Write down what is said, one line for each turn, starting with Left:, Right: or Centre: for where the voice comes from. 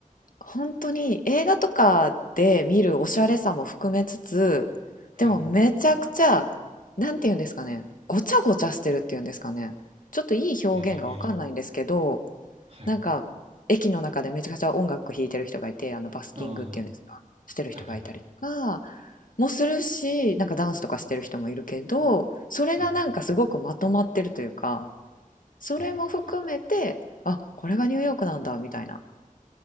Left: 本当に映画とかで見るおしゃれさも含めつつ、
Right: はい。
Left: でもめちゃくちゃ、なんて言うんですかね。ごちゃごちゃしてるっていうんですかね。ちょっといい表現がわかんないんですけど、
Right: ええはい。
Left: なんか、駅の中でめちゃくちゃ音楽弾いてる人がいて、あのバスキングっていうんですか、
Right: ああ、
Left: してる人がいたりとか
Right: はいはいはい。
Left: もするし、なんかダンスとかしてる人もいるけど、それがなんかすごくまとまってるというか、
Right: はい。
Left: それも含めて、
Right: ええ
Left: あ、これがニューヨークなんだみたいな。